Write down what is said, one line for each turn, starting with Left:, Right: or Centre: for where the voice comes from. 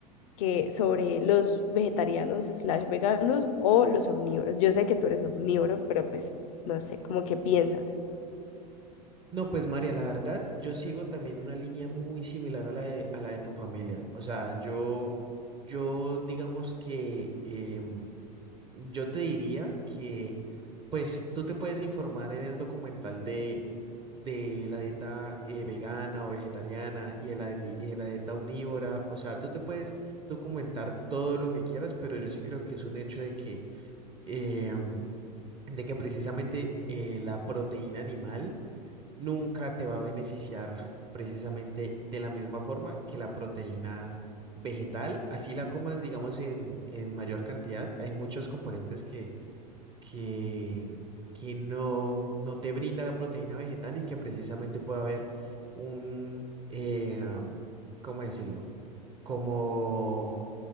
Left: que sobre los vegetarianos slash veganos o los omnívoros. Yo sé que tú eres omnívoro, pero pues no sé, como que piensas.
Right: No, pues María, la verdad, yo sigo también una línea muy similar a la de, a la de tu familia. O sea, yo, yo digamos que em, yo te diría que, pues, tú te puedes informar en el documental de, de la dieta eh, vegana o vegetariana y de la, ni- y de la dieta omnívora. O sea, tú te puedes documentar todo lo que quieras, pero yo sí creo que es un hecho de que eh, de que precisamente eh, la proteína animal nunca te va a beneficiar precisamente de la misma forma que la proteína vegetal, así la comas, digamos, en, en mayor cantidad. Hay muchos componentes que, que, que no, no te brinda la proteína vegetal y que precisamente puede haber un, eh, ¿cómo decirlo? Como,